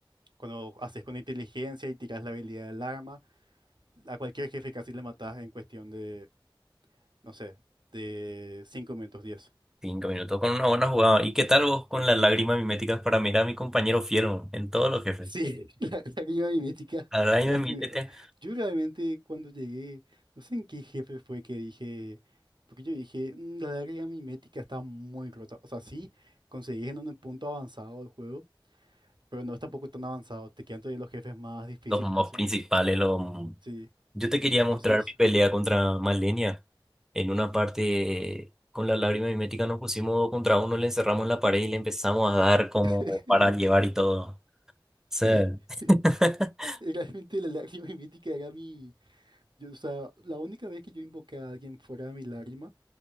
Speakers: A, on the right (about 65°); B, in the centre.
A: cuando haces con inteligencia y tiras la habilidad del arma, a cualquier jefe casi le matas en cuestión de, no sé, de 5 minutos 10.
B: Cinco minutos con una buena jugada. ¿Y qué tal vos con las lágrimas miméticas para mirar a mi compañero fiel en todos los jefes?
A: Sí, <laughs> la, la clima mimética.
B: A la lágrima
A: la
B: mimética,
A: pri- yo realmente cuando llegué, no sé en qué jefe fue que dije, porque yo dije, "Mm, la lágrima mimética está muy rota. O sea, sí, conseguís en un punto avanzado del juego, pero no es tampoco tan avanzado. Te quedan todavía los jefes más difíciles
B: los mobs
A: casi.
B: principales, los...
A: Sí,
B: Yo te quería mostrar
A: entonces,
B: mi pelea contra Malenia. En una parte, eh, con la lágrima mimética nos pusimos dos contra uno, le encerramos en la pared y le empezamos a dar como
A: <laughs>
B: para llevar y todo. Sí.
A: sí, sí,
B: <laughs>
A: sí, realmente la <laughs> lágrima mimética era mi... yo, o sea, la única vez que yo invoqué a alguien fuera de mi lágrima